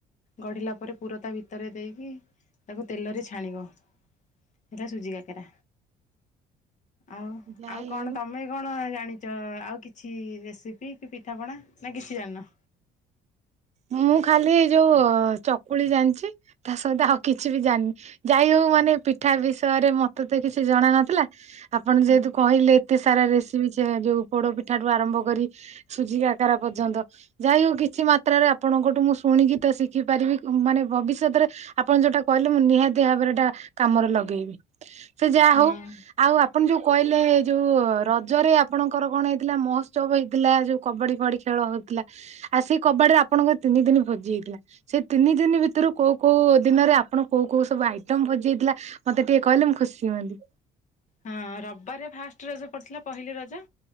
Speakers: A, on the left (about 45°); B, on the right (about 40°).
A: ଗଢ଼ିଲା ପରେ ପୁର ତା ଭିତରେ ଦେଇକି ତାକୁ ତେଲରେ ଛାଣିବ। ହେଇଟା ସୁଜି କାକେରା। ଆଉ,
B: ଯାଇ
A: ଆଉ କଣ
B: ହଉ
A: ତମେ କଣ ଜାଣିଚ ଆଉ କିଛି ରେସିପି କି ପିଠାପଣା ନା କିଛି ଜାଣିନ?
B: ମୁଁ ଖାଲି ଏ ଯୋଉ ଚକୁଳି ଜାଣିଚି ତା ସହିତ ଆଉ କିଛି ବି ଜାଣିିନି। ଯାଇ ହଉ ମାନେ ପିଠା ବିଷୟରେ ମତେ ତ କିଛି ଜଣା ନଥିଲା ଆପଣ
A: ହଁ।
B: ଯେହେତୁ କହିଲେ ଏତେ ସାରା ରେସିପି ଯୋଉ ପୋଡ ପିଠାଠୁ ଆରମ୍ଭ କରି ସୁଜି କାକାରା ପର୍ଯ୍ୟନ୍ତ ଯାଇ ହଉ କିଛି ମାତ୍ରାରେ ଆ ଆପଣଙ୍କଠୁ ମୁଁ ଶୁଣିକି ତ ଶିଖିପାରିବି। ମାନେ ଭବିଷ୍ୟତରେ ଆପଣ ଯୋଉଟା କହିଲେ ମୁଁ ନିହାତି ଭାବରେ ଏଟା କାମରେ ଲଗେଇବି। ସେ ଯାହା
A: ହଁ
B: ହଉ ଆଉ ଆ ଆପଣ ଯୋଉ କହିଲେ ଯୋଉ ରଜରେ ଆପଣଙ୍କର କଣ ହେଇଥିଲା ମହୋତ୍ସବ ହେଇଥିଲା ଯୋଉ କବାଡି କବାଡି ଖେଳ ହଉଥିଲା। ଆଉ ସେଇ କବାଡିରେ ଆ ଆପଣଙ୍କ ର ତିନି ଦିନ ଭୋଜି ହେଇଥିଲା। ସେଇ ତିନି ଦିନ ଭିତରୁ କୋଉ କୋଉ ଦିନରେ ଆପଣ କୋଉ କୋଉ ସବୁ ଆଇଟମ୍ ଭୋଜି ହେଇଥିଲା ମତେ ଟିକେ କହିଲେ ମୁଁ ଖୁସି ହୁଅନ୍ତି?
A: ହଁ, ରବିବାରରେ ଫାଷ୍ଟ ରଜ ପଡିଥିଲା ପହିଲି ରଜ।